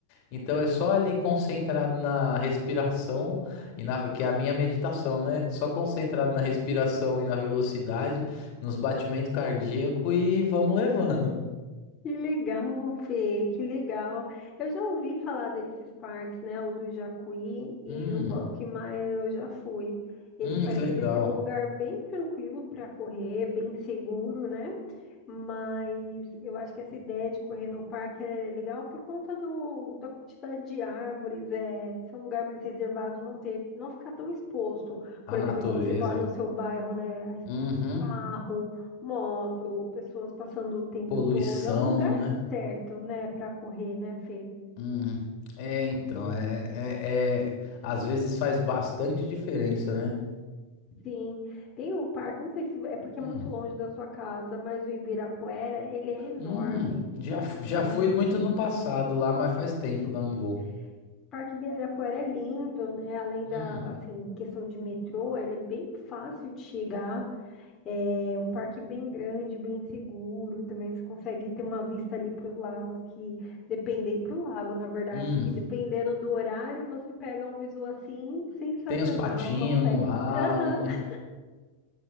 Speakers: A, on the left; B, on the left.
A: Então é só ali concentrado na respiração e na que é a minha meditação, né? Só concentrado na respiração e na velocidade, nos batimentos cardíacos e vamos levando.
B: que legal, Fê, que legal. Eu já ouvi falar desses parques, né? O do Jacuí e
A: Hum,
B: o Maia eu já fui. Ele
A: hum,
B: parecia
A: que legal.
B: ser um lugar bem tranquilo para correr, bem seguro, né? Mas eu acho que essa ideia de correr no parque é legal por conta do, da quantidade de árvores, é, ser um lugar mais reservado, não ter, não ficar tão exposto.
A: A
B: Por
A: natureza.
B: exemplo, igual você corre no seu bairro, né? a Exposto
A: Uhum.
B: a carro, moto, pessoas passando o tempo
A: Poluição,
B: todo. É um lugar
A: né?
B: certo, né, para correr, né, Fê?
A: Hum, é, então,
B: Que le-
A: é, é, é- às vezes faz bastante diferença, né?
B: Sim, tem o parque, não sei se é porque
A: Hum,
B: é muito longe da sua casa, mas o Ibirapuera, ele é enorme.
A: hum, já, f- já
B: E
A: fui muito no passado lá, mas faz tempo
B: sim.
A: que eu não vou.
B: Parque Ibirapuera é lindo, né? Além da,
A: Hum,
B: assim, questão de metrô, ele é bem fácil de chegar. É um parque bem grande, bem seguro. Também você consegue ter uma vista ali para os lagos que dependem, para o lago, na verdade,
A: hum,
B: que dependendo do horário, você pega um visual assim sensacional,
A: tem os patinhos
B: consegue.
A: no lago,
B: <laughs>
A: né?